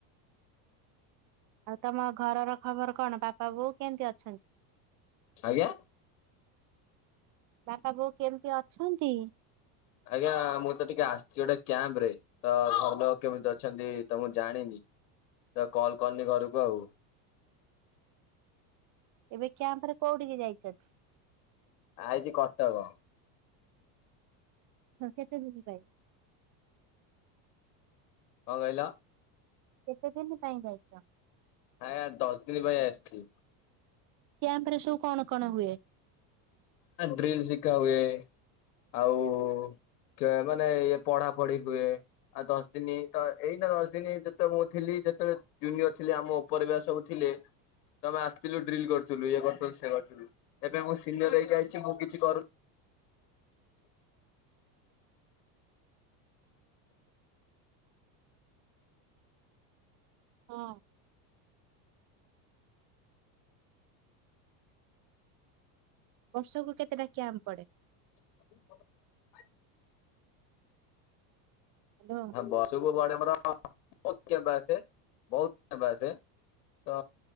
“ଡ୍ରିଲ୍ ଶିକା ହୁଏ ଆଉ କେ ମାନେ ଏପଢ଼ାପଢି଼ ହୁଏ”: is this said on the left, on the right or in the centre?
Left